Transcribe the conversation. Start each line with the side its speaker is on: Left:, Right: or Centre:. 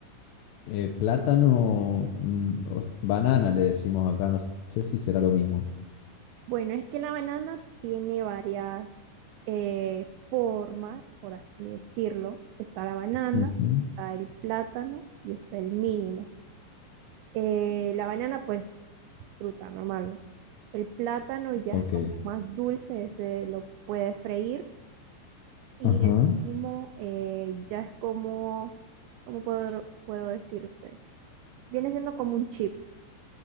Left: eh, plátano, mm, o s- banana le decimos acá, no sé si será lo mismo.
Right: Bueno, es que la banana tiene varias eh, formas, por así decirlo. Está la banana,
Left: Ujú,
Right: está el plátano y está el mínimo. Eh, la banana, pues, fruta normal. El plátano ya
Left: Ok.
Right: es como más dulce, se lo puede freír Y
Left: Ajá.
Right: el último eh, ya es como, ¿cómo puedo, puedo decirte? Viene siendo como un chip,